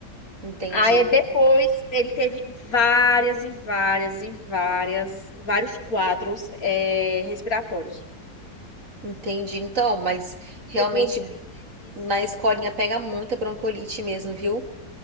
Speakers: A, on the right; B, on the left.
A: Entendi,
B: Aí depois ele teve várias e várias e várias, vários quadros eh, respiratórios.
A: entendi. Então, mas realmente
B: Ia duas vezes,
A: na escolinha pega muita bronquiolite mesmo, viu?